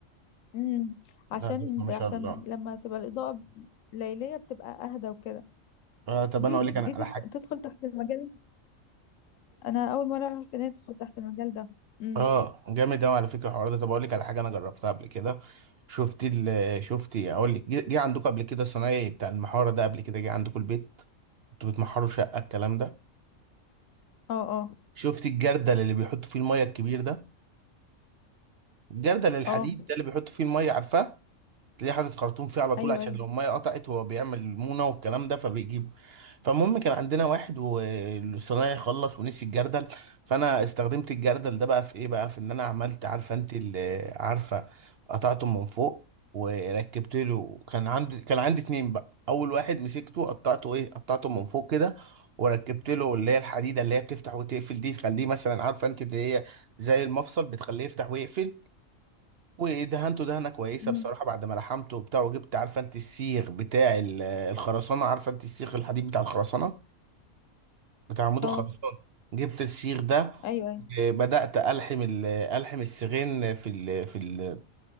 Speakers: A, on the left (about 75°); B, on the right (about 55°).
A: امم عشان
B: ده عرفنا ما شاء
A: عشان
B: الله
A: لما تبقى الاضاءه ليليه بتبقى اهدى وكده
B: آه، طب
A: دي
B: انا اقول
A: دي
B: لك انا على
A: تدخل,
B: حاجه
A: تدخل تحت المجال انا اول مره اعرف ان هي تدخل تحت المجال ده امم
B: اه جامد قوي على فكره الحوار ده طب اقول لك على حاجه انا جربتها قبل كده شفت ال شفت إيه؟ اقول لك جه جه عندكم قبل كده الصنايعي بتاع المحاره ده قبل كده جه عندكم البيت انتوا بتمحروا شقه الكلام ده
A: اه اه
B: شفت الجردل اللي بيحطوا فيه الميه الكبير ده الجردل الحديد
A: اه
B: ده اللي بيحطوا فيه الميه عارفاه تلاقيه حاطط خرطوم فيه على طول
A: ايوه
B: عشان
A: ايوه
B: لو الميه قطعت هو بيعمل المونه والكلام ده فبيجيب فالمهم كان عندنا واحد والصنايعي خلص ونسي الجردل فانا استخدمت الجردل ده بقى في ايه بقى في ان انا عملت عارفه انت اللي عارفه قطعته من فوق وركبت له كان عندي كان عندي اتنين بقى اول واحد مسكته قطعته ايه قطعته من فوق كده وركبت له اللي هي الحديده اللي هي بتفتح وتقفل دي تخليه مثلا عارفه انت اللي هي زي المفصل بتخليه يفتح ويقفل ودهنته دهنه كويسه
A: امم
B: بصراحه بعد ما لحمته وبتاع وجبت عارفه انت السيخ بتاع ال- آه، الخرسانه عارفه انت السيخ الحديد بتاع الخرسانه بتاع عمود
A: اه
B: الخرسانه جبت السيخ ده
A: ايوه ايوه
B: وبدات الحم ال- آه، الحم السيخين في ال آه، في ال